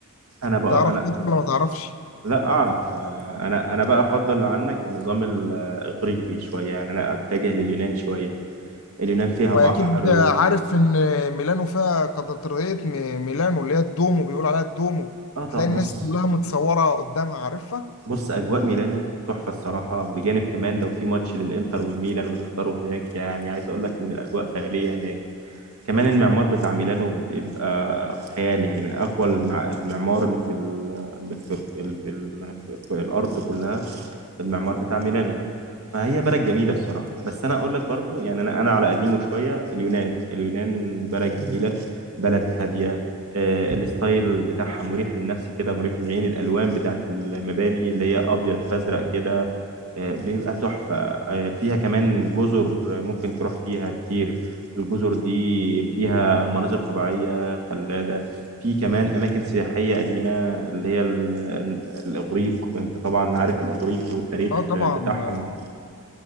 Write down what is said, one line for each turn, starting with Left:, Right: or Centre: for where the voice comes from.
Right: انا بقى
Left: تعرف
Right: انا
Left: كده ولا ما تعرفش
Right: لا اعرف آه، انا انا بقى افضل عنك النظام ال- الاغريقي شوية يعني انا اتجه لليونان شوية اليونان فيها
Left: واكيد
Right: بحر
Left: عارف
Right: و...
Left: ان ميلانو فيها كاتدرائية م- ميلانو اللي هي الدومو بيقول عليها الدومو
Right: اه طبعا
Left: تلاقي
Right: بص
Left: الناس كلها متصورة قدامها عارفها
Right: بص اجواء ميلانو تحفه الصراحه بجانب كمان لو في ماتش للانتر والميلان وتحضره هناك يعني عايز اقول لك ان الاجواء خياليه هناك كمان المعمار بتاع ميلانو بيبقى خيال يعني من اقوى المع- المعمار اللي في ال... اللي في, اللي في, ال... في الارض كلها المعمار بتاع ميلانو فهي بلد جميله الصراحه بس انا اقول لك برضو يعني انا انا على قديمه شويه اليونان اليونان بلد جميله بلد هاديه آه، الستايل بتاعها مريح للنفس كده مريح للعين الالوان بتاعت المباني اللي هي ابيض فازرق كده آه، بيبقى تحفه آه، فيها كمان جزر ممكن تروح فيها كتير الجزر دي فيها مناظر طبيعيه خلابه في كمان اماكن سياحيه قديمه اللي هي ال- ال- الاغريق انت طبعا عارف الاغريق والتاريخ
Left: اه طبعا
Right: بتاعهم
Left: آه،